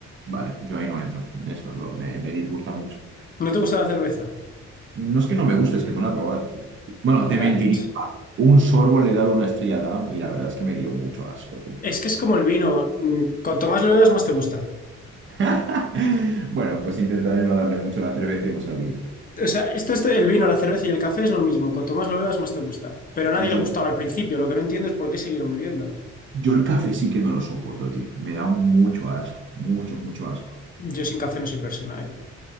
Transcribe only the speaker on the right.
Vale, yo ahí no entro. Eso es lo, me, me disgusta mucho.
No es que no me guste, es que no la he probado. Bueno,
te mentiría.
Un sorbo le he dado una estrella Damm y la verdad es que me dio mucho asco, tío.
<laughs> Bueno, pues intentaré no darle mucho a la cerveza y no servir.
Yo,
yo el café sí que no lo soporto, tío. Me da mucho asco, mucho, mucho asco.